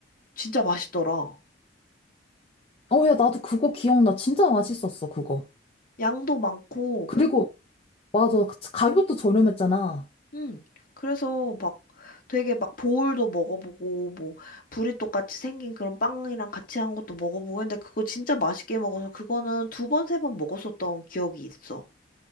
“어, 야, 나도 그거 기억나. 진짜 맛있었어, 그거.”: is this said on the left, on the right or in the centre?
Left